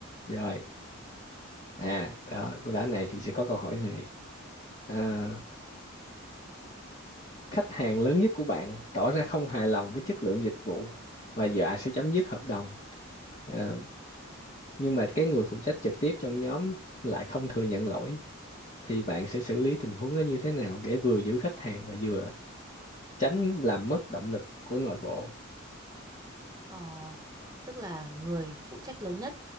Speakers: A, on the left (about 35°); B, on the right (about 20°).
A: rồi à đó đã này thì sẽ có câu hỏi này à, khách hàng lớn nhất của bạn tỏ ra không hài lòng với chất lượng dịch vụ và dọa sẽ chấm dứt hợp đồng Ờ, nhưng mà cái người phụ trách trực tiếp trong nhóm lại không thừa nhận lỗi thì bạn sẽ xử lý tình huống đó như thế nào để vừa giữ khách hàng và vừa tránh làm mất động lực của nội bộ
B: Ờ, tức là người phụ trách lớn nhất